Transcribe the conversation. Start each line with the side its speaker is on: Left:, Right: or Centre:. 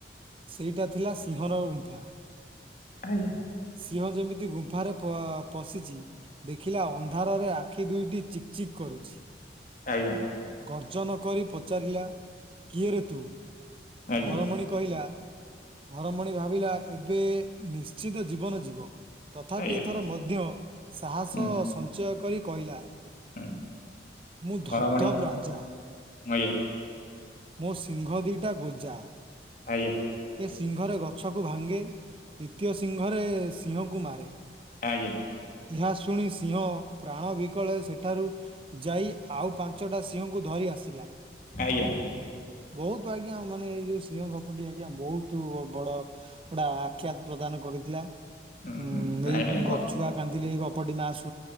Right: ସେଇଟା ଥିଲା ସିଂହର ଗୁମ୍ଫା।
Left: ଆଜ୍ଞା।
Right: ସିଂହ ଯେମିତି ଗୁମ୍ଫାରେ ପ ପଶିଛି ଦେଖିଲା ଅନ୍ଧାରରେ ଆ ଆଖି ଦୁଇଟି ଚିକ୍ ଚିକ୍ କରୁଛି
Left: ଆଜ୍ଞା।
Right: ଗର୍ଜନ କରି ପଚାରିଲା କିଏରେ ତୁ?
Left: ଆଜ୍ଞା
Right: ଘରମଣି କହି ଲା ଘରମଣି ଭାବିଲା ଏବେ ନିଶ୍ଚିତ ଜୀବନ ଯିବ। ତଥାପି
Left: ଆଜ୍ଞା
Right: ଏଥର ମଧ୍ୟ ସାହସ
Left: ହୁଁ
Right: ସଞ୍ଚୟ କରି କହିଲା
Left: ହୁଁ
Right: ମୁଁ ଧବ୍
Left: ଘରମଣି
Right: ଧବ୍ ରାଜା।
Left: ଆଜ୍ଞା।
Right: ମୋ ସିଂଘ ଦିଇଟା ଗୋଜା।
Left: ଆଜ୍ଞା।
Right: ସିଂଘରେ ଗଛକୁ ଭାଙ୍ଗେ। ଦ୍ଵିତୀୟ ସିଂଘରେ ସିଂହକୁ ମାରେ।
Left: ଆଜ୍ଞା
Right: ଏହା ଶୁଣି ସିଂହ ପ୍ରାଣ ବିକଳେ ସେଠାରୁ ଯାଇ ଆଉ ପା ପାଞ୍ଚଟା ସିଂହଙ୍କୁ ଧରି ଆସିଲା।
Left: ଆଜ୍ଞା
Right: ବହୁତ ଆଜ୍ଞା ମାନେ ଏଇ ଯୋଉ ସିଂହ ଗପଟି ଆଜ୍ଞା ବହୁତ ବଡ ଗୋଟେ ଆଖ୍ୟାତ ପ୍ରଦାନ କ କରିଥିଲା
Left: ହୁଁ
Right: ଉଁ,
Left: ହୁଁ ନାଇଁ
Right: ଏଇ
Left: ନାଇଁ
Right: ଗ
Left: ଘ
Right: ଛୁଆ କାନ୍ଦିଲେ ଏଇ ଗପଟି ମା ଶୁ